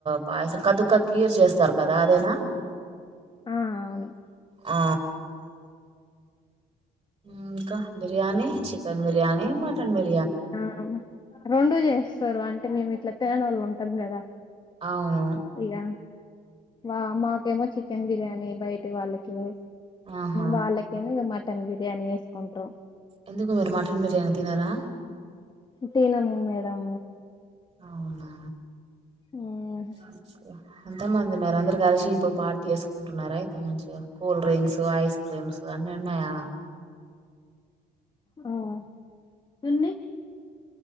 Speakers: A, on the right; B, on the left.
A: పాయసం కదుక కీర్ చేస్తారు కదా అదేనా
B: ఆ అవును
A: ఆ మ్ ఇంకా బిర్యానీ చికెన్ బిర్యానీ మటన్ బిర్యా
B: ఆ రెండు చేస్తారు అంటే మేము ఇట్లా తిననోళ్ళు ఉంటాం కదా
A: అవును
B: ఇగ వా మాకేమో చికెన్ బిర్యానీ బయటి వాళ్ళకి
A: ఆహా
B: వాళ్ళకేమో ఇగ మటన్ బిర్యానీ చేస్కుంట్రు
A: ఎందుకు మీరు మటన్ బిర్యానీ తినరా
B: తినము మేడం
A: అవునా
B: మ్మ్
A: ఓకే ఎంత మ మరి అందరు కలిసి ఇప్పుడు పార్టీ చేేసుకుంటున్నారా అయితే మంచిగా కూల్ డ్రింక్సు ఐస్ క్రీమ్స్ అన్నీ ఉన్నాయా
B: హ్మ్ విన్ని